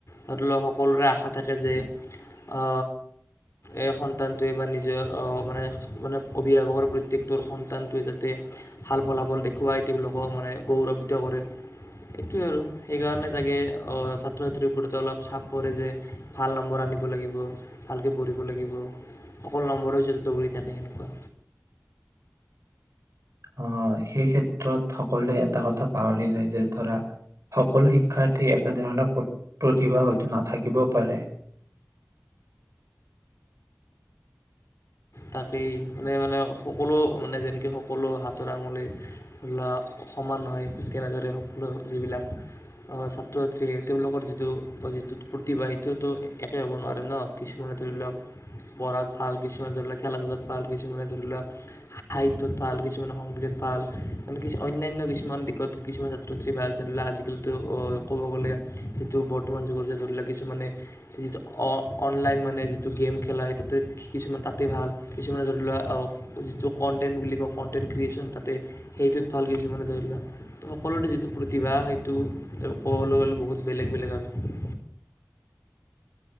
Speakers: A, on the left; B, on the right.
A: ধ ধৰি লও সকলোৰে আশা থাকে যে অ এই সন্তানটোৱে বা নিজৰ অ মানে-মানে অভিভাৱকৰ প্ৰত্যেক তোৰ সন্তানটোৱে যাতে ভাল ফলাফল দেখুৱাই তেওঁলোকক মানে গৌৰৱ্বিত কৰে এইটোৱে আৰু সেইকাৰণে চাগে অ ছাত্ৰ ছাত্ৰীৰ ওপৰতে অলপ চাপ পৰে যে ভাল নম্বৰ আনিব লাগিব ভালকৈ পঢ়িব লাগিব, অকল নম্বৰেতে দৌৰি থাকে সেনেকুৱা।
B: অঁ, সেই ক্ষেত্ৰত সকলোৱে এটা কথা পাহৰি যায় যে ধৰা সকলো শিক্ষাৰ্থী একেধৰণৰ প্ৰতি প্ৰতিভা হয়তো নাথাকিবও পাৰে।
A: তাকেই মানে মানে সকলো মানে যেনেকে সকলো হাতৰ আঙুলি ধৰি লোৱা সমান হয় ঠিক তেনেদৰে সকলো যিবিলাক ছাত্ৰ ছাত্ৰী তেওঁলোকৰ যিটো যিটো প্ৰতিভা সেইটোতো একে হ'ব নোৱাৰে ন, কিছুমানে ধৰি লওক পঢ়াত ভাল কিছুমানে ধৰি লওক খেলা ধূলাত ভাল, কিছুমানে ধৰি লোৱা সাহিত্যত ভাল, কিছুমানে সংগীতত ভাল মানে কিছু অন্যান্য কিছুমান দিশত কিছুমান ছাত্ৰত ভাল যেনে ধৰি লক আজিকালিতো ক'ব গ'লে যিটো বৰ্তমান যুগৰ যে ধৰি লোৱাক কিছুমানে যিটো অনলাইন মানে যিটো গেম খেলা সেই তাতে কিছুমান তাতেই ভাল কিছুমানে ধৰি লোৱা যিটো কণ্টেণ্ট বুলি কয় কণ্টেণ্ট ক্ৰিয়েচন তাতে সেইটোত ভাল কিছুমানে ধৰি লোৱা সকলোৰে যিটো প্ৰতিভা সেইটো ক'বলৈ গলে বহুত বেলেগ বেলেগ আৰু